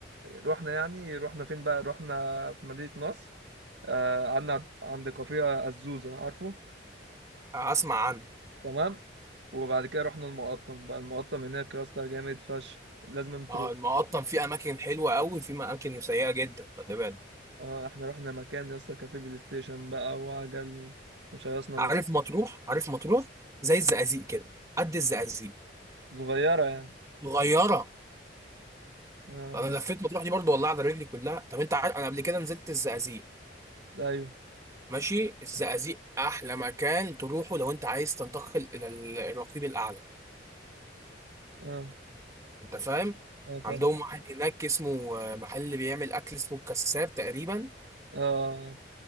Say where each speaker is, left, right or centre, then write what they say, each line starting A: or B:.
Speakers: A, on the right (about 65°); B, on the right (about 15°).
A: رحنا يعني رحنا فين بقى رحنا في مدينة نصر آه، قعدنا عند كافيه الزوزة عارفه
B: اسمع عنها
A: تمام وبعد كده رحنا المقطم بقى المقطم هناك يا اسطى جامد فشخ لازم تروح
B: اه المقطم فيه اماكن حلوه قوي في اماكن سيئه جدا خلي بالك
A: اه احنا رحنا مكان يا اسطى كافيه بلاي ستيشن بقى وعجل و- وشيصنا
B: عارف
A: نفسنا
B: مطروح عارف مطروح زي الزقازيق كده قد الزقازيق
A: صغيرة يعني
B: صغيره
A: اه
B: انا لفيت مطروح دي برضو والله على رجلي كلها طب انت عارف انا قبل كده نزلت الزقازيق
A: ايوه
B: ماشي الزقازيق احلى مكان تروحه لو انت عايز تنتقل الى ال- الرقيب الاعلى
A: اه
B: انت فاهم
A: اه
B: عندهم
A: فاهم
B: واحد هناك اسمه آه، محل بيعمل اكل اسمه الكساب تقريبا
A: اه